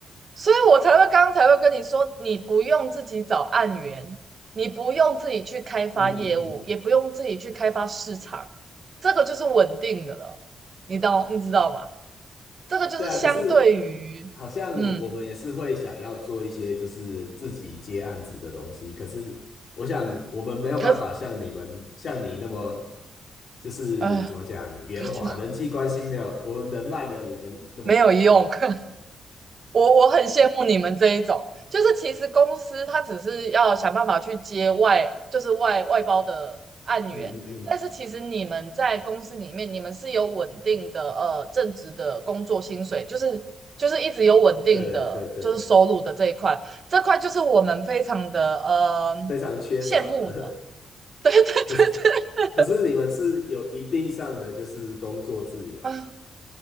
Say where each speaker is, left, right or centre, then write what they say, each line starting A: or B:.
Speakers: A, on the right; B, on the left.
A: 所以我才会刚刚才会跟你说，你不用自己找案源，你不用自己去开发业务，
B: 嗯嗯嗯。
A: 也不用自己去开发市场，这个就是稳定的了，你懂，你知道吧？这个就是相对于，
B: 对啊，可是好像我们也是会想要做一些就是自己接案子的东西，
A: 嗯，
B: 可是我想我们没有办法像你们像你那么
A: 可是，
B: 就是怎么讲圆滑，
A: 哎，不知道，
B: 人际关系没有我们人脉没有你们那么广这样。
A: 没有用。<laughs> 我我很羡慕你们这一种，就是其实公司它只是要想办法去接外，就是外外包的案源，
B: 嗯嗯嗯，
A: 但是其实你们在公司里面，你们是有稳定的呃正职的工作薪水，就是就是一直有稳定的就是收入的这一块，
B: <laughs> 对对对，
A: 这块就是我们非常的呃
B: 非常缺少的。
A: 羡慕的，
B: <laughs>
A: <laughs> 对对对对，
B: 可是可是你们是有一定上的就是工作自由，
A: <laughs> 啊，